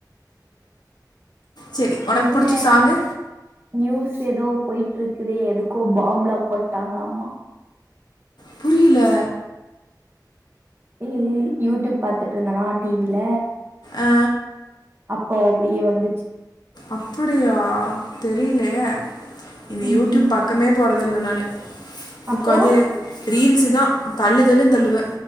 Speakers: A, on the left; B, on the right.
A: செரி ஒனக்கு
B: என்ன
A: புடிச்ச சாங்கு
B: நியூஸ் ஏதோ போயிட்டு இருக்குது எதுக்கோ பாம் பிலாக் பண்ட்டாங்களாமா
A: புரியல
B: ம் யூடியூப் பாத்துட்டு இருந்தேனா டி வில
A: ஆ
B: அப்போ அப்டியே வந்துச்சு
A: அப்படியா தெரியலையே இந்த
B: உம்,
A: யூடியூப் பக்கமே போற இல்ல நானு
B: அப்புறம்
A: உக்காந்து ரீல்ஸு தா தள்ளு தள்ளு தள்ளுவே